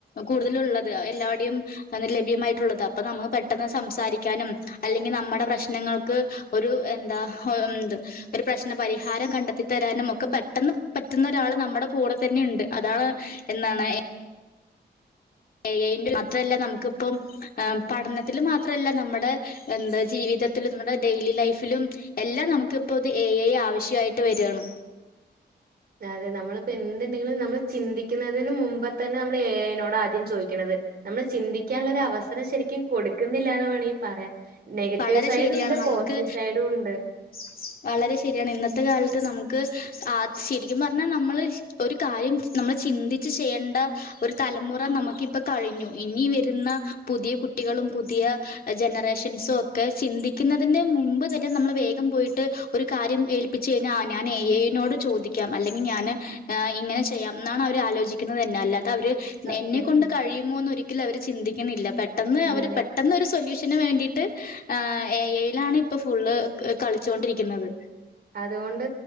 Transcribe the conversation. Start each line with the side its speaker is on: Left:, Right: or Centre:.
Left: കൂടുതലുള്ളത്. എല്ലാവടെയും ലഭ്യമായിട്ടുള്ളത് അപ്പ നമുക്ക് പെട്ടെന്ന് സംസാരിക്കാനും അല്ലെങ്കിൽ നമ്മടെ പ്രശ്ന നിങ്ങൾക്ക് ഒരു എന്താ ആഹ് എന്താ ഒരു പ്രശ്നപരിഹാരം കണ്ടെത്തിത്തരാനും ഒക്കെ പെട്ടെ ഒപ്പം പറ്റുന്ന ഒരാള് നമ്മുടെ കൂടെ തന്നെ ഉണ്ട്, അതാണ് എന്താണ്. എ ഐന്റെ മാത്രല്ല നമുക്കിപ്പം പഠനത്തിൽ മാത്രല്ല നമ്മുടെ എന്താ ജീവി ചുറ്റത്തിലും നമ്മുടെ ഡെയിലി ലൈഫിലും എല്ലാം നമുക്ക് ഇപ്പോ ഇത് എ ഐ ആവശ്യായിട്ട് വരാണ്.
Right: അതെ നമ്മളിപ്പോ എന്ത്‌ണ്ടെങ്കിലും നമ്മള് ചിന്തിക്കുന്നതിന് മുമ്പത്തന്നെ നമ്മൾ എ ഐനോട് ആദ്യം ചോദിക്കണത് ഇപ്പൊ നമ്മള് ചിന്തിക്കാനുള്ള ഒരു അവസരം ശരിക്കും കൊടുക്കുന്നില്ലാന്ന് വേണെങ്കിൽ പറയാം. നെഗറ്റീവ്
Left: വളരെ
Right: സൈഡും
Left: ശരിയാണ്
Right: ഉണ്ട്
Left: നമുക്ക്
Right: പോസിറ്റീവ് സൈഡും ഉണ്ട്.
Left: <unintelligible> വളരെ ശരിയാണ് ഇന്നത്തെ കാലത്ത് നമുക്ക് ആ ശരിക്കും പറഞ്ഞാൽ നമ്മള് ഒരു കാര്യം നമ്മൾ ചിന്തിച്ച് ചെയ്യണ്ട ഒരു തലമുറ നമുക്കിപ്പോ കഴിഞ്ഞു, ഇന്നി വരുന്ന പുതിയ കുട്ടികൾ. ളും പുതിയ ജനറേഷൻസും ഒക്കെ ചിന്തിക്കുന്നതിന്റെ മുമ്പ് തന്നെ വേഗം. ഗം പോയിട്ട് ഒരു കാര്യം ഏൽപ്പിച്ച് കഴിഞ്ഞാ ആ ഞാൻ എ ഐനോട് ചോദിക്കാം അല്ലെങ്കി ഞാന് ഇങ്ങന ഞാൻ ചെയ്യാം എന്നാണ് അവര് ആലോചിക്കുന്നത് തന്നെ അല്ലെ. ത അവര്
Right: സത്യം
Left: എന്നെ കൊണ്ട്
Right: ഉം
Left: കഴിയുമോന്ന് ഒരിക്കലും അവര് ചിന്തിക്ക്ന്നില്ല പെട്ടെന്ന്
Right: ഇല്ല.
Left: അവര് പെട്ടെന്ന് ഒരു സൊല്യൂഷ ത്തിന് വേണ്ടീട്ട് എ ഐയിലാണ് ഇപ്പൊ ഫുള്ള് കളിച്ചോണ്ടിരിക്കുന്നത്.
Right: അതുകൊണ്ട്